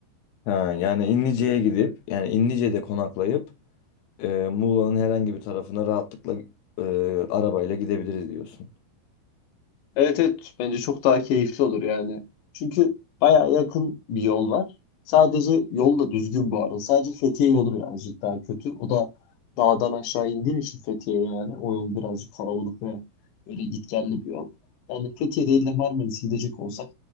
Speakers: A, on the left (about 90°); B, on the left (about 65°).
A: Ha, yani İnlice'ye gidip yani İnlice'de konaklayıp e, Muğla'nın herhangi bir tarafına rahatlıkla e, arabayla gidebiliriz diyorsun.
B: Evet evet bence çok daha keyifli olur yani. Çünkü baya yakın bir yol var. Sadece yol da düzgün bu arada. Sadece Fethiye yolu birazcık daha kötü. O da dağdan aşağı indiğin için Fethiye yani. O yol birazcık kalabalık ve böyle gitgelli bir yol. Yani Fethiye değil de Marmaris'e gidecek olsak